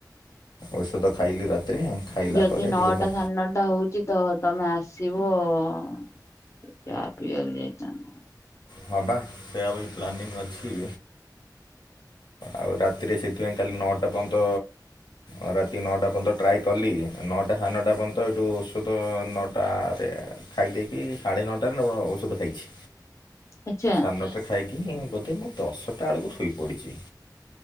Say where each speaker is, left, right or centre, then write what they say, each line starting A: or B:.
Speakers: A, on the left (about 85°); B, on the left (about 40°).
A: ଔଷଧ ଖାଇଲି ରାତିରେ। ଖାଇଲା
B: ଯଦି
A: ପରେ
B: ନଅଟା
A: ଟିକେ ଭଲ
B: ସାନ ନଟା ହଉଚି ତ ତମେ ଆସିବ ଚା ପିଇବାକୁ ଯାଇଚନ୍ତି।
A: ହଁ ବା ସୋୟା ଭଳି ପ୍ଲାନିଂ ଅଛି। ଆଉ ରାତିରେ ସେଇଥିପାଇଁ କାଲି ନଅଟା ପନ୍ତ ଅଁ ରାତି ନଅଟା ପର୍ଯ୍ୟନ୍ତ ଟ୍ରାଏ କଲି ନଅଟା ସାଢ଼େ ନଅଟା ପର୍ଯ୍ୟନ୍ତ ହେଠୁ ଔଷଧ ନଅଟା ରେ ଖାଇ ଦେଇକି ସାଢ଼େ ନଅଟାରେ ଔଷଧ ଖାଇଛି।
B: ଆଚ୍ଛା
A: ସାନଟା ଖାଇକି ବୋଧେ ମୁଁ ଦଶଟା ବେଳକୁ ଶୋଇପଡିଚି।